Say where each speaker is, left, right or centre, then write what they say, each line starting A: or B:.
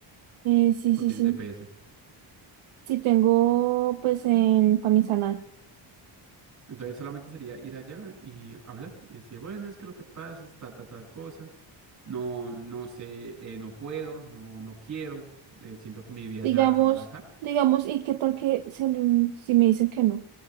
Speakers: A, on the right (about 75°); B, on the right (about 35°).
A: Eh, sí,
B: o
A: sí,
B: tienes
A: sí.
B: DPS.
A: Sí tengo, pues, en, para mi sanar.
B: Entonces solamente sería ir allá y hablar y decir, bueno, es que lo que pasa es ta, ta, tal cosa. No, no sé, eh, no puedo, no, no quiero, eh, siento que mi vida
A: Digamos,
B: se va a acabar acá.
A: digamos, ¿y qué tal que se- si me dicen que no?